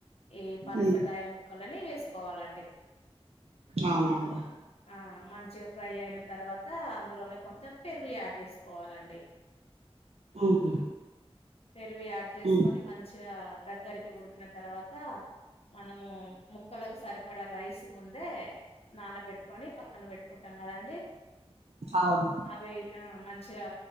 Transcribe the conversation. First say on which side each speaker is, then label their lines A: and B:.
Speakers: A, on the left; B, on the right.
A: ఈ పనసకాయ
B: ఉమ్,
A: ముక్కలని వేసు కోవాలండి.
B: అవునండి
A: ఆ మంచిగా ఫ్రై అయిన తర్వాత అందులోనే కొంచెం పెరుగు యాడ్ చేసుకోవాలండి.
B: ఉహు,
A: పెరుగు యాడ్ చేసుకొని
B: ఉమ్,
A: మంచిగా దగ్గరికి ఉడికిన తర్వాత మనము ము క్కలకు సరిపడ రైస్ ముందే నాన పెట్టుకొని పక్కన పెట్టుకుంటాం కదండి.
B: అవును
A: అవి ఆ మంచిగా